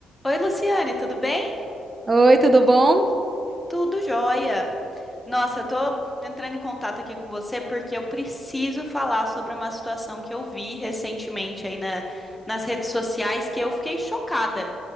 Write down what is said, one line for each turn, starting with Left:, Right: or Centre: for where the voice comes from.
Centre: Oi, Luciane, tudo bem?
Right: Oi, tudo bom?
Centre: Tudo jóia. Nossa, eu tô entrando em contato aqui com você porque eu preciso falar sobre uma situação que eu vi recentemente aí na- nas redes sociais que eu fiquei chocada.